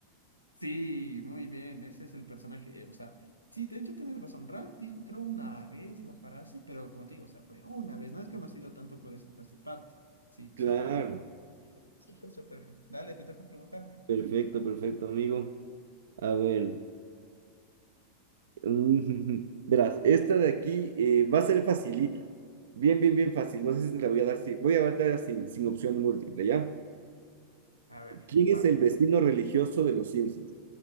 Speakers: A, on the left (about 85°); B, on the right (about 60°).
A: Sí, muy bien, ese es el personaje. eh, o sea, sí, de hecho tienes razón. Ralph dijo, creo, una vez la frase, pero como te digo, o sea, fue una vez. No es conocido tanto por esa frase. Bart, sí, súper
B: Claro,
A: bien. Súper, súper bien. Dale, te toca preguntarme.
B: perfecto, perfecto, amigo. A ver, mm, <laughs> verás, esta de aquí eh, va a ser facilita. Bien, bien, bien fácil. No sé si te la voy a dar, si Voy a dar sin, sin opción múltiple, ¿ya?
A: A ver,
B: ¿Quién es
A: va.
B: el vecino religioso de los Simpsons?